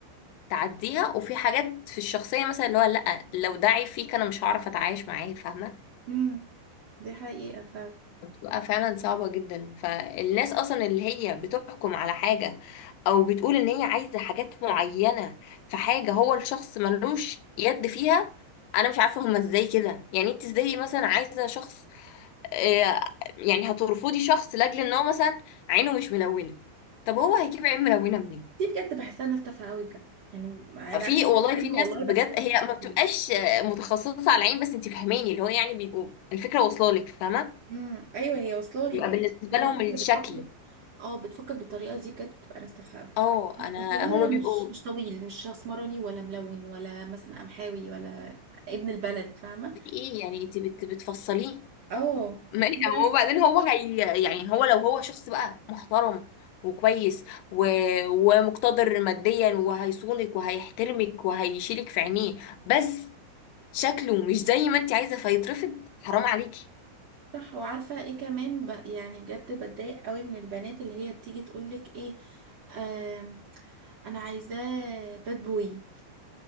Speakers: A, on the left; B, on the right.
A: تعديها وفي حاجات في الشخصية مثلا اللي هو لا لو ده عيب فيك انا مش هعرف اتعايش معاه فاهمة
B: امم دي حقيقة فعلا
A: بتبقى فعلا صعبة جدا فالناس أصلا اللي هي بتحكم على حاجة أو بتقول إن هي عايزة حاجات معينة في حاجة هو الشخص ملوش يد فيها أنا مش عارفة هما إزاي كده يعني أنت إزاي مثلا عايزة شخص آه يعني هترفضي شخص لأجل إن هو مثلا عينه مش ملونة طب هو هيجيب عين ملونة منين؟
B: دي بجد بحسها ناس تافهة قوي بجد يعني انا
A: في
B: أسف
A: والله
B: على الكلمة
A: في ناس
B: والله
A: بجد
B: بس بحسها
A: هي ما بتبقاش
B: كده.
A: آه، متخصصة على العين بس أنت فهماني اللي هو يعني بيبقوا الفكرة واصلة لك فاهمة؟
B: امم ايوه هي واصله لي
A: بيبقى
B: ما أنا
A: مم. بالنسبة
B: بقولك <laughs> هي
A: لهم
B: الناس
A: الشكل
B: اللي بتفكر اه بتفكر بالطريقه دي بجد بتبقى ناس تافهه قوي
A: اه انا
B: بس ده
A: هما بيبقوا
B: مش مش طويل مش اسمراني ولا ملون ولا مثلا قمحاوي ولا ابن البلد فاهمه
A: ايه يعني انت بت بتفصليه
B: اه
A: ما-
B: وفي ناس
A: هو وبعدين هو هي يعني هو لو هو شخص بقى محترم وكويس و... ومقتدر ماديا وهيصونك وهيحترمك وهيشيلك في عينيه بس شكله مش زي ما انت عايزه فيترفض حرام عليكي
B: صح وعارفه ايه كمان ب... يعني بجد بتضايق قوي من البنات اللي هي بتيجي تقولك ايه آم... انا عايزاه باد بوي